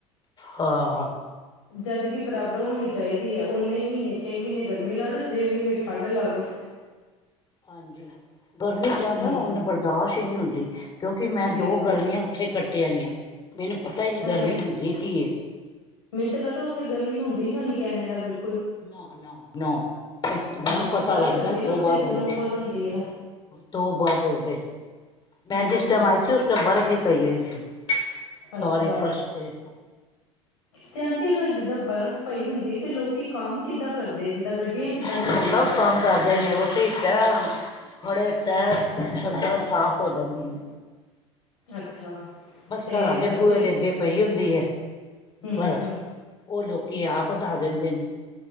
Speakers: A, on the left; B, on the left.
A: ਹਾ
B: ਜਦਕਿ ਬਰਾਬਰ ਹੋਣੀ ਚਾਹੀਦੀ ਹੈ ਉਨੇ ਮਹੀਨੇ ਛੇ ਮਹੀਨੇ ਗਰਮੀ ਲਾ ਲੋ, ਛੇ ਮਹੀਨੇ ਠੰਢ ਲਾ ਲੋ।
A: ਹਾਂਜੀ, ਗਰਮੀ ਜਾਦਾ
B: ਹੂੰ
A: ਹੁਨ ਬਰਦਾਸ਼ਤ ਹੀ ਨਹੀਂ ਹੁੰਦੀ ਕਿਉਂਕਿ ਮੈਂ
B: ਬਿਲਕੁਲ
A: ਦੋ ਗਰਮੀਆਂ ਉੱਥੇ ਕੱਟੇ ਆਈਆਂ ਮੈਨੂੰ ਪਤਾ ਹੀ ਨਹੀਂ
B: ਅੱਛਾ
A: ਗਰਮੀ ਹੁੰਦੀ ਕੀ ਏ।
B: ਮੈਨੂੰ ਤੇ ਲਗਦਾ ਉਥੇ ਗਰਮੀ ਹੁੰਦੀ ਨੀ ਹੋਣੀ ਕੈਨੇਡਾ ਬਿਲ
A: ਨਾ, ਨਾ, ਨਾ ਇਥੋਂ ਦਾ
B: ਹਾਂ
A: ਪਤਾ
B: ਬਰਫ਼
A: ਲੱਗਦਾ
B: ਪੈਂਦੀ
A: ਇਥੋਂ
B: ਨਾ ਉੱਥੇ
A: ਬਾਾਹਰ ਹੋ
B: ਸਨੋਫੋਲ
A: ਕੇ।
B: ਹੁੰਦੀ ਹੈ
A: ਤੋ ਬਾ ਬੋਲਦੇ। ਮੈਂ
B: ਹੂੰ
A: ਜਿਸ ਟਾਈਮ ਆਈ ਸੀ ਉਸ ਟਾਈਮ ਬਰਫ਼ ਹੀ ਪਈ ਹੋਈ ਸੀ।
B: ਅੱਛਾ,
A: ਸੋਰੀ ਫਰਸ਼ ਤੇ
B: ਤੇ ਆਂਟੀ ਅਗਰ ਜਿੱਦਾਂ ਬਰਫ਼ ਪਈ ਹੁੰਦੀ ਤੇ ਲੋਕੀ ਕੰਮ ਕਿੱਦਾਂ ਕਰਦੇ ਆ ਜਿੱਦਾਂ ਗੱਡੀਆਂ ਕਿੱਦਾਂ ਚੱਲਦੀਆਂ
A: ਸ ਕੰਮ <unintelligible> ਕਰਦੇ ਨੇ ਉਹ ਟ <unintelligible> <inaudible> ਖੜੇ ਪੈਰ ਚੱਦਰ ਸਾਫ ਹੋ ਜਾਂਦੀਆਂ ਨੇ
B: ਅੱਛਾ।
A: ਬਸ
B: ਤੇ
A: ਘਰਾਂ ਦੇ
B: ਬੱਚੇ
A: ਬੂਹੇ ਦੇ ਅੱਗੇ ਪਈ ਹੁੰਦੀ ਹੈ
B: ਹੂੰ
A: ਬਰਫ਼।
B: ਹੂੰ ਹੂੰ
A: ਉਹ ਲੋਕੀ ਆਪ ਹਟਾ ਦਿੰਦੇ ਨੇ।